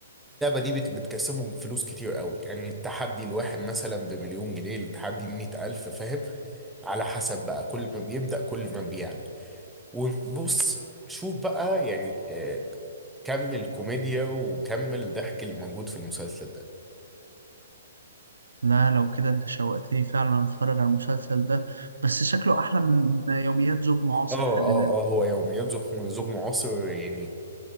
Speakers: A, in the centre; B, on the right (about 80°).
A: دي بت- بتكسبهم فلوس كتير قوي يعني التحدي الواحد مثلا بمليون جنيه التحدي مئة ألف فاهم على حسب بقى كل ما بيبدأ كل ما بيعلى وبص شوف بقى يعني آه، كم الكوميديا وكم الضحك اللي موجود في المسلسل ده
B: لا لو كده انت شوقتني فعلا اتفرج على المسلسل ده بس شكله احلى من يوميات زوج معاصر
A: اه اه
B: خلي بالك
A: اه هو يوميات زوج زوج معاصر يعني